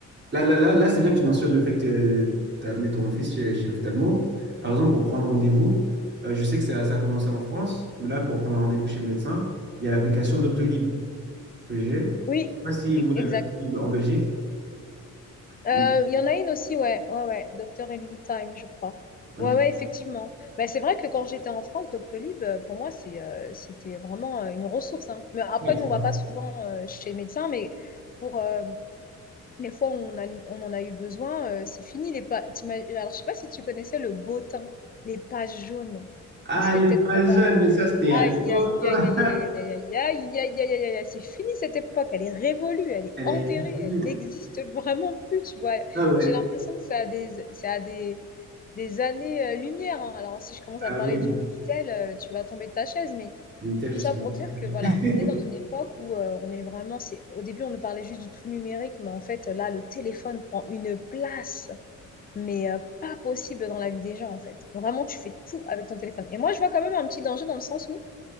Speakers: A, on the right; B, on the left.
A: Là, là, là, là, c'est bien que tu mentionnes le fait que tu as amené ton fils chez, chez l'ophtalmo. Par exemple, pour prendre rendez-vous, euh, je sais que ça, ça a commencé en France. Là, pour prendre rendez-vous chez le médecin, il y a l'application Doctolib que j'ai.
B: Oui,
A: Je sais pas si
B: e-
A: vous l'avez
B: exact.
A: aussi en Belgique.
B: Euh,
A: Mm,
B: Il y en a une aussi, ouais, ouais, ouais, docteur Ellie Time, je crois.
A: ok.
B: Ouais, ouais, effectivement. Bah, c'est vrai que quand j'étais en France, Doctolib, euh, pour moi, c'est, euh, c'était vraiment euh, une ressource. hein. Mais après,
A: Ouais,
B: nous, on va pas souvent euh, chez les médecins, mais pour, euh, les fois où on, a, on en a eu besoin, euh, c'est fini. Les pa- t'ima- Alors, je sais pas si tu connaissais le bottin, les pages jaunes.
A: Ah,
B: Vous savez
A: elle est
B: peut-être
A: pas
B: pas
A: jeune,
B: ta...
A: mais ça, c'était à
B: Aïe,
A: l'autre.
B: aïe, aïe, aïe, aïe, aïe, aïe, aïe, aïe, aïe, aïe, aïe, aïe, c'est fini cette époque. Elle est révolue, elle est
A: Elle
B: enterrée,
A: est reconnue.
B: elle n'existe vraiment plus, tu vois.
A: Non, mais,
B: J'ai l'impression que ça a des, ça a des, des années-lumière. Alors, si je commence
A: ah
B: à te parler
A: oui,
B: du Minitel, euh, tu vas tomber de ta chaise, mais
A: Minitel,
B: tout
A: je
B: ça
A: sais même
B: pour dire
A: ce que
B: que voilà,
A: c'est.
B: on est dans une époque où euh, on est vraiment, c'est au début on nous parlait juste du tout numérique, mais en fait là le téléphone prend une place, mais euh, pas possible dans la vie des gens en fait. Vraiment tu fais tout avec ton téléphone. Et moi je vois quand même un petit danger dans le sens où